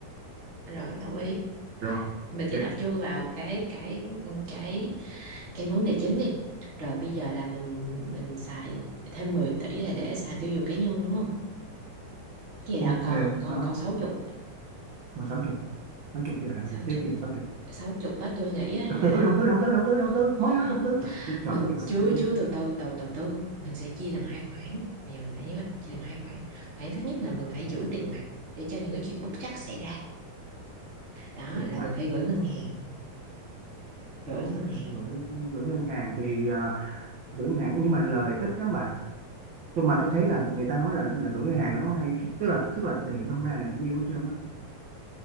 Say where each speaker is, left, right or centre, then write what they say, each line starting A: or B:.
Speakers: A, on the right; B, on the right.
A: rồi đồng ý
B: rồi
A: mình chỉ
B: ok
A: tập trung vào cái cái cái cái vấn đề chính đi rồi bây giờ là mình mình xài thêm 10 tỷ là để xài tiêu dùng cá nhân đúng không vậy là
B: ok
A: còn còn
B: đó
A: còn sáu chục
B: còn sáu chục sáu chục giờ làm
A: sáu
B: gì tiếp
A: chục
B: giờ sáu
A: sáu chục á tôi nghĩ á
B: đầu
A: là
B: tư đầu tư đầu tư đầu tư đầu tư
A: không
B: mới nói đầu tư đầu tư trời
A: mình
B: ơi
A: chưa
B: đầu tư
A: chưa từ từ đầu đầu tư mình sẽ chia làm hai khoản bây giờ mình phải nhớ chia làm hai khoản khoản thứ nhất là mình phải
B: tiền
A: giữ tiền mặt để cho những cái chuyện bất trắc xảy ra đó
B: tiền
A: là
B: mặt
A: mình phải gửi ngân hàng gửi
B: ok
A: ngân hàng
B: gửi gửi ngân hàng thì à, gửi ngân hàng nhưng mà lời ít lắm bà tôi mà tôi thấy là người ta nói là là gửi ngân hàng nó hay tức là tức là tiền nó không ra được nhiều hết trơn á